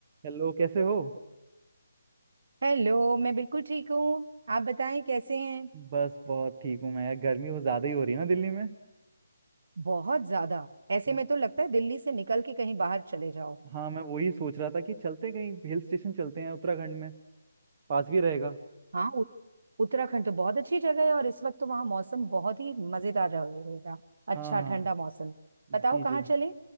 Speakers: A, on the right; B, on the right.
A: Hello कैसे हो
B: हेलो मैं बिल्कुल ठीक हूँ आप बताएं कैसे हैं
A: बस बहुत ठीक हूँ मैं यार गर्मी बहुत ज्यादा ही हो रही है ना दिल्ली में
B: बहुत ज्यादा ऐसे
A: हाँ
B: में तो लगता है दिल्ली से निकल के कहीं बाहर चले जाओ
A: हाँ, मैं वही सोच रहा था कि चलते कहीं हिल स्टेशन चलते हैं उत्तराखंड में पास भी रहेगा
B: हाँ उ- उत्तराखंड तो बहुत अच्छी जगह है और इस वक्त तो वहाँ मौसम बहुत ही मजेदार रहे- रहेगा अच्छा
A: हाँ हाँ
B: ठंडा मौसम
A: जी
B: बताओ कहाँ
A: जी
B: चले